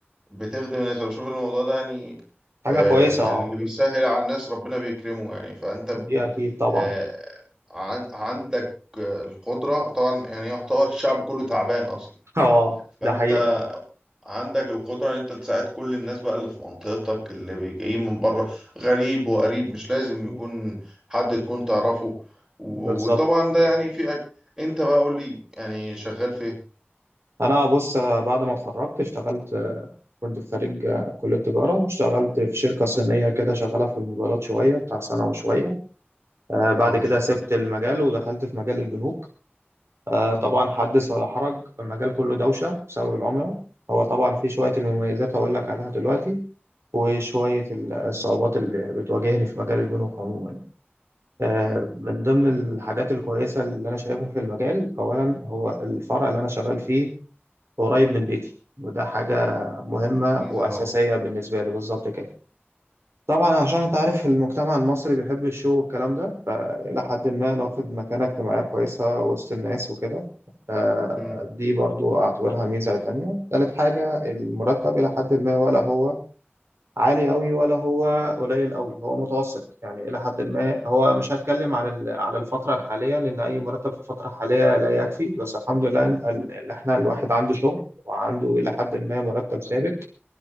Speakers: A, on the right; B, on the right.
A: بتخدم الناس انا بشوف الموضوع ده يعني
B: حاجة
A: آه
B: كويسة
A: يعني
B: اه
A: اللي بيسهل على الناس ربنا بيكرمه يعني فانت
B: دي
A: ب...
B: اكيد طبعا
A: آه عن... عندك آه، القدرة طبعا يعني يعتبر الشعب كله تعبان اصلا
B: <laughs> اه
A: فانت
B: ده حقيقة
A: عندك القدرة ان انت تساعد كل الناس بقى اللي في منطقتك اللي بي- جايين من بره غريب وقريب مش لازم
B: مم.
A: يكون حد تكون تعرفه و...
B: بالظبط
A: وطبعا ده يعني في أج... انت بقى قول لي يعني شغال في ايه
B: انا بص آه، بعد ما اتخرجت اشتغلت آه، كنت في خريج آه، كلية تجارة اشتغلت في شركة صينية كده شغالة في الموبايلات شوية بتاع سنة وشوية آه، بعد
A: اه ما
B: كده
A: شاء
B: سبت
A: الله
B: المجال ودخلت في مجال البنوك آه،
A: مم.
B: طبعا حدث ولا حرج المجال كله دوشة بسبب العملة هو طبعا في شوية المميزات هقول لك عليها دلوقتي وشوية الصعوبات اللي بتواجهني في مجال البنوك عموما آه،
A: مم.
B: من ضمن الحاجات الكويسة اللي أنا شايفها في المجال أولا هو الفرع اللي أنا شغال فيه قريب من بيتي وده حاجة مهمة
A: ميزة
B: وأساسية
A: طبعا
B: بالنسبة لي بالظبط كده طبعا عشان انت عارف المجتمع المصري بيحب الشو والكلام ده فإلى حد ما ناخد مكانة اجتماعية كويسة وسط الناس وكده آه،
A: مم.
B: دي برضو أعتبرها ميزة تانية تالت حاجة المرتب إلى حد ما ولا هو عالي أوي ولا هو قليل أوي هو متوسط يعني إلى حد ما هو مش هتكلم عن ال- على الفترة الحالية لأن أي مرتب في الفترة الحالية لا يكفي بس الحمد لله إن إن إحنا الواحد عنده شغل وعنده إلى حد ما مرتب ثابت